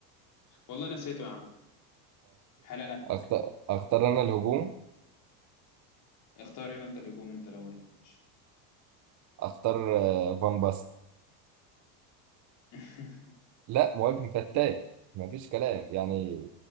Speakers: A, on the left; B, on the right.
A: والله نسيته يا عم حلال عليك
B: اختار <laughs> اختار انا الهجوم
A: اختار ايه انت الهجوم انت الاول يا ماشي
B: اختار آه، فان باست
A: <laughs>
B: لا مهاجم فتاك مفيش كلام يعني